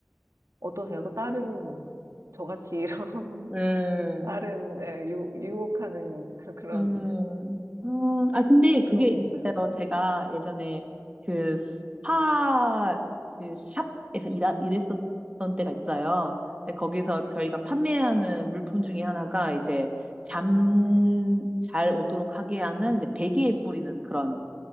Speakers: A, on the right (about 85°); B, on the right (about 25°).
A: 어떠세요? 또 다른, 저같이 이런, <laughs>
B: 네.
A: 다른, 예, 유, 유혹하는 <laughs> 그런
B: 음, 어, 아, 근데
A: 중독이
B: 그게 있어요.
A: 있어요?
B: 제가 예전에 그 스파, 그 샵에서 일, 일했었던 때가 있어요. 근데 거기서 저희가 판매하는 물품 중에 하나가 이제 잠 잘 오도록 하게 하는 이제 베개에 뿌리는 그런